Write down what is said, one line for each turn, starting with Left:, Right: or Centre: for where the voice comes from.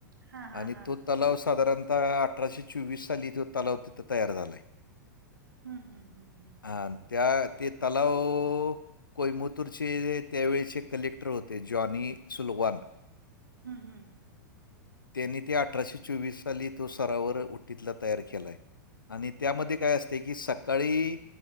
Right: हा हा
Left: आणि
Right: हा
Left: तो तलाव साधारणतः अठराशे चोवीस साली तो तलाव तिथं तयार झालाय.
Right: हम्म हम्म, हम्म हम्म.
Left: हा अन त्या ते तलाव केओंबंतूरचे कलेक्टर होते, जॉनी सुलवान.
Right: हम्म हम्म.
Left: त्यांनी ते अठराशे चोवीस साली तो सरावर उट्टीतला तयार केलाय. आणि त्यामध्ये काय असते की सकाळी.